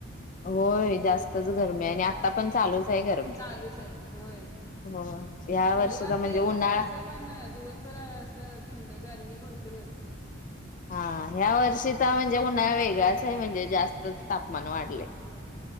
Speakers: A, on the left; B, on the left.
A: होय जास्तच गरमी आहे आणि आता
B: जास्त
A: पण चालूच हाय गरमी
B: चालूच आहे होय
A: हो ह्या
B: थंडी
A: वर्षीचा
B: वाजते
A: म्हणजे उन्हाळा
B: सकाळच पण दिवसभर असं थंड गरमी भरपू पुर येतय.
A: हा ह्या वर्षीचा म्हणजे उन्हाळा वेगळाच आहे म्हणजे जास्तच तापमान वाढलय.